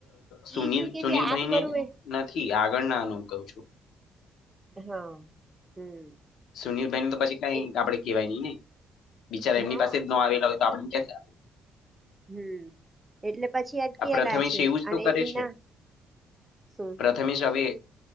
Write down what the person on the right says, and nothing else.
ઈ શું કે
છે આપ
કરું મે
હા હમ.
એ
હા
હમ એટલે પછી અટકેલા
છે
અને
એ ના શું